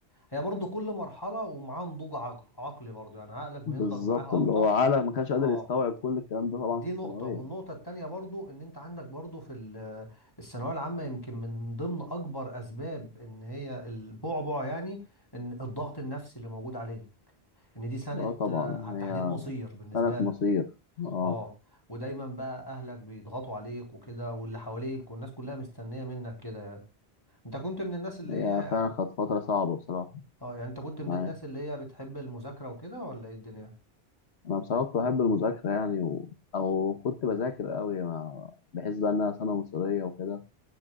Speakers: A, on the left (about 20°); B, on the left (about 80°).
A: هي برضو كل مرحله ومعاها نضوج عقل عقلي برضو يعني عقلك بينضج
B: بالظبط
A: معاها
B: اللي
A: اكتر
B: هو عقلك ما كانش قادر
A: اه
B: يستوعب كل الكلام ده طبعا
A: دي
B: في الثانويه
A: نقطه والنقطه التانية برضو ان انت عندك برضو في ال- الثانويه العامه يمكن من ضمن اكبر اسباب ان هي البعبع يعني ان الضغط النفسي اللي موجود عليه ان دي سنه
B: اه طبعا
A: آه، تحديد
B: هي
A: مصير بالنسبه
B: سنه
A: لك
B: مصير اه
A: اه ودايما بقى اهلك بيضغطوا عليك وكده واللي حواليك والناس كلها مستنيه منك كده يعني انت كنت من الناس اللي
B: هي
A: هي
B: فعلا كانت فتره صعبه بصراحه
A: اه يعني انت كنت من
B: معايا
A: الناس اللي هي بتحب المذاكره وكده ولا ايه الدنيا
B: انا بصراحه كنت بحب المذاكره يعني و... او كنت بذاكر قوي مع... بحس بقى انها سنه مصيريه وكده